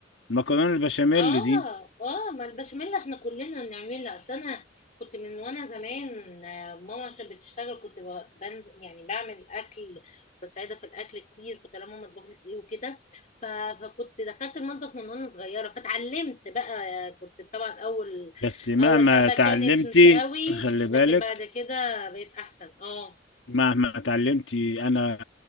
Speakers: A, on the left; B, on the left.
A: المكرونه البشاميل
B: اه
A: دي
B: اه ما البشاميل احنا كلنا بنعملها اصل انا كنت من وانا زمان آه، ماما عشان بتشتغل كنت ب- بنزل يعني بعمل اكل بساعدها في الاكل كتير كنت لما ماما تطبخ لي ايه وكده ف- فكنت دخلت المطبخ من وانا صغيره فاتعلمت بقى آه، كنت طبعا اول
A: بس مهما
B: اول حبه
A: تعلمتي
B: كانت مش قوي
A: خلي
B: لكن
A: بالك
B: بعد كده بقيت احسن اه
A: مهما تعلمتي انا